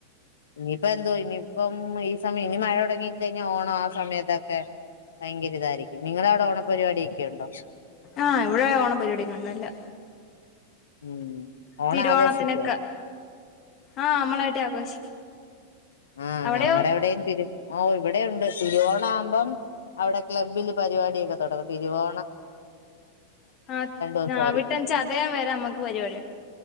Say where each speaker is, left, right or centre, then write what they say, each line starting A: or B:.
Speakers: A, on the left; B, on the left.
A: ഇനിയിപ്പ എന്തോ ഇനി ഇപ്പം ഈ സമയം ഇനി മഴ തുടങ്ങ കഴിഞ്ഞ ഓണം ആ സമയത്തൊക്കെ ഭയങ്കര ഇതായിരിക്കും നിങ്ങള അവിടെ ഓണപരിപാട ഒക്കെ ഉണ്ടോ
B: ആഹ് ഇവിടെ ഓണ പരിപാടി ഉണ്ടല്ല
A: ഉം ഓണം
B: തിരുവോണത്തിനൊക്കെ
A: ആഘോഷിക്കുവോ
B: ആഹ നമ്മളായിട്ട് ആഘോഷിക്കും
A: ആഹ
B: അവിടെയോ
A: ഞങ്ങളടെ എവിടെയും തിരു ഓ ഇവിടെ ഉണ്ട് തിരുവോണ ആവുമ്പം അവിടെ ക്ലബ്ബില് പരിപാടിയൊക്കെ തുടങ്ങും തിരുവോ
B: ആ
A: ദിവസമായിരിക്കും
B: ഞാവിട്ടച്ച അതേ വരെ അമ്മക്ക് പരിപാടിുണ്ട്